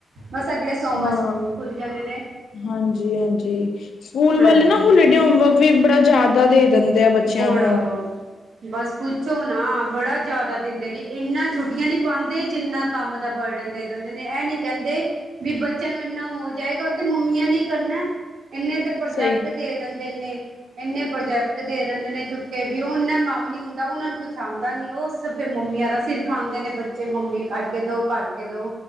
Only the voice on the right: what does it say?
ਬਸ ਅਗਲੇ ਸੋਮਵਾਰ
ਸਕੂਲ ਖੁੱਲ ਜਾਂਦੇ ਨੇ।
ਹਾਂਜੀ
ਹਾਂਜੀ
ਬੜਾ,
ਬਸ ਪੁੱਛੋ ਨਾ, ਬੜਾ ਜਿਆਦਾ ਦਿੰਦੇ ਨੇ। ਇੰਨਾ ਛੁੱਟੀਆਂ ਨੀ ਪਾਉਂਦੇ ਜਿੰਨਾ ਕੰਮ ਦਾ ਬਰਡਨ ਦੇ ਦਿੰਦੇ ਨੇ, ਇਹ ਨੀ ਕਹਿੰਦੇ ਵੀ ਬੱਚਿਆਂ ਨੂੰ ਇੰਨਾ ਹੋ ਜਾਏਗਾ, ਉਹ ਤੇ ਮੰਮੀਆਂ ਨੇ ਹੀਂ ਕਰਨਾ ਏ ਈਨੇ ਦਾ ਪ੍ਰੋਜੈਕਟ
ਦੇ ਦਿੰਦੇ ਨੇ ਇੰਨੇ ਪ੍ਰੋਜੈਕਟ ਦੇ ਦਿੰਦੇ ਨੇ ਚੁੱਕੇ ਵੀ, ਉਹਨਾ ਕੰਮ ਨੀ ਹੁੰਦਾ, ਉਹਨਾਂ ਨੂੰ ਕੁਛ ਆਉਂਦਾ ਨੀ, ਉਹ ਸਭ ਫ਼ਿਰ ਮੰਮੀਆਂ ਦਾ ਸਿਰ ਖਾਂਦੇ ਨੇ ਬਚੇ ਫ਼ੇਰ ਮੰਮੀ ਕਰਕੇ ਦੋ ਕਰਕੇ ਦੋ,